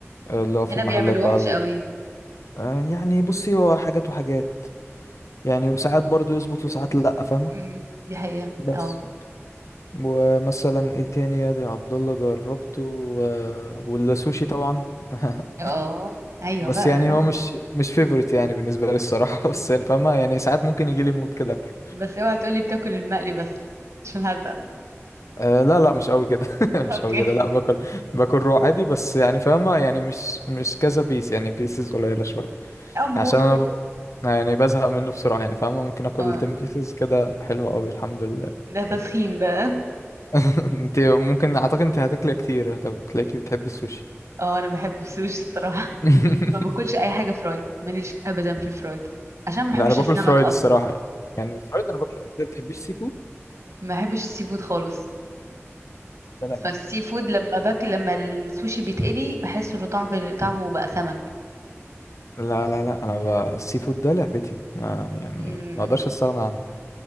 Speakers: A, on the left; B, on the right.
A: آه، اللي هو في
B: هنا
A: المحلات
B: بيعملوه
A: بقى
B: وحش
A: ال...
B: قوي
A: آه، يعني بصي هو حاجات وحاجات يعني وساعات برضو يظبط وساعات لا فاهمه
B: امم دي حقيقه
A: بس
B: اه
A: ومثلا ايه تاني يا دي عبد الله جربته و... والسوشي طبعا <laughs>
B: اه ايوه
A: بس
B: بقى
A: يعني هو مش مش فيفورت يعني بالنسبة لي الصراحة <laughs> بس يعني فاهمة يعني ساعات ممكن يجي لي مود كده أكله
B: بس اوعى تقولي بتاكل المقلي بس عشان هزعل
A: أه لا لا مش قوي كده <laughs> مش
B: اوكي
A: قوي كده لا باكل باكل رو عادي بس يعني فاهمة يعني مش مش كذا بيس يعني بيسز قليلة شوية
B: اه ما
A: عشان
B: هو كده
A: أنا ب... يعني بزهق منه بسرعة يعني فاهمة ممكن آكل
B: اه
A: 10 بيسز كده حلوة قوي الحمد لله
B: ده تسخين ده
A: <laughs> انت ممكن أعتقد انت هتاكلي كتير طب تلاقيكي بتحبي السوشي
B: اه انا بحب السوشي الصراحه
A: <laughs>
B: ما باكلش اي حاجه فرايد ماليش ابدا في الفرايد عشان ما بحبش
A: لا أنا باكل
B: السمك
A: فرايد
B: اصلا
A: الصراحة يعني الفرايد أنا باكل أنت بتحبيش سي فود؟
B: ما بحبش السي فود خالص
A: ده لعبتي
B: فالسي فود لما باكل لما السوشي بيتقلي بحس انه طعم طعمه بقى سمك
A: لا لا لا انا ب... السي فود ده لعبتي ما يعني
B: امم
A: ما اقدرش استغنى عنه